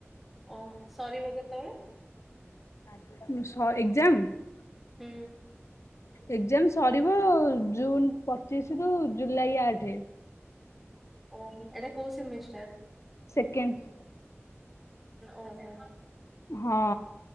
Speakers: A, in the centre; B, on the left.
A: ଓହୋ ସରିବ କେତେବେଳେ <inaudible>
B: ଏକକ୍ଜାମ
A: ହୁଁ।
B: ଏକ୍ଜାମ ସରିବ ଜୁନ ପଚିଶ ରୁ ଜୁଲାଇ ଆଠ
A: ଓହୋ ଏଇଟା କଉ ସେମିଷ୍ଟାର୍
B: ସେକେଣ୍ଡ
A: ଓ ହୋ
B: ହଁ